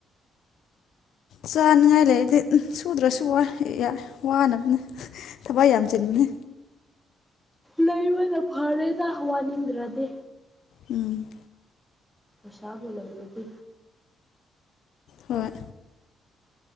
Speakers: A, on the left; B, in the centre.
A: ꯆꯥꯅꯤꯡꯉꯥꯏ ꯂꯩꯗꯤ ꯁꯨꯗ꯭ꯔꯁꯨ ꯋꯥꯅꯕꯅꯦ ꯊꯋꯥꯏ ꯌꯥꯝ ꯆꯟꯕꯅꯦ
B: ꯂꯩꯕꯗ ꯐꯔꯦꯗ ꯋꯥꯅꯤꯡꯗ꯭ꯔꯗꯤ
A: ꯎꯝ
B: ꯑꯣꯁꯥꯕꯨꯣꯂ ꯔꯗꯤ
A: ꯍꯣꯏ